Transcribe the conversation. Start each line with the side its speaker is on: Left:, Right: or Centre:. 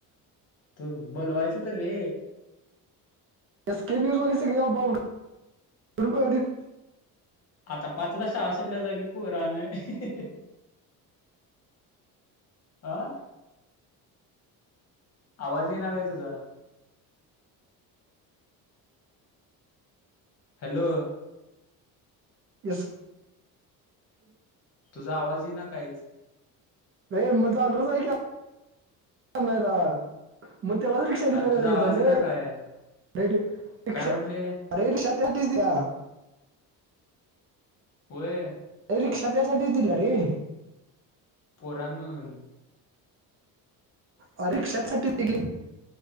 Left: तू बोलवायंच तर रे
Right: एस के न्यूजवाली सगळी जा बाऊध <unintelligible>
Left: आता पाचला शाळा सुटल्या जा की पोरं आनायं. आ, आवाज यीना काय तुझा? हॅलो,
Right: इ <unintelligible>
Left: तुझा आवाज यी ना काहीच.
Right: ए मजान रच <unintelligible> आहे का नाहीला म तेव्हा रिक्शा दिलं
Left: अरे तुझा आवाज
Right: तमरे
Left: येईना काय
Right: <unintelligible> पहिले रिक्शा
Left: काय म्हंटले
Right: अरे रिक्शा <unintelligible> द्या
Left: व्हय,
Right: अरे रिक्शा त्यासाठीच दिल्या रे
Left: पोरानं नुन
Right: अं रिक्शा त्या साठी घेतली